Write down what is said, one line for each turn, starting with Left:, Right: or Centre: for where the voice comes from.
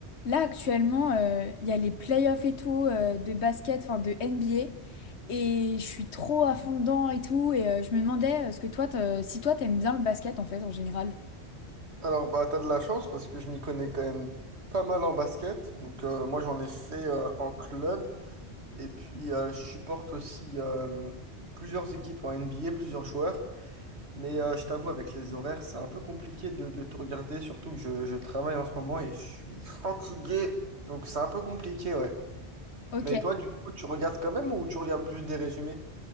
Left: Là, actuellement, euh, il y a les playoffs et tout euh, de basket, enfin de NBA. Et je suis trop à fond dedans et tout. Et euh, je me demandais, euh, ce que toi, t'as- si toi, t'aimes bien le basket en fait, en général.
Right: Alors, bah, t'as de la chance parce que je m'y connais quand même pas mal en basket. Donc, euh, moi, j'en ai fait euh, en club. Et puis, euh, je supporte aussi euh, plusieurs équipes en NBA, plusieurs joueurs. Mais euh, je t'avoue, avec les horaires, c'est un peu compliqué de, de tout regarder. Surtout que je, je travaille en ce moment et je suis fatigué. Donc, c'est un peu compliqué, ouais.
Left: Ok.
Right: Mais toi, du coup, tu regardes quand même ou tu regardes plus des résumés?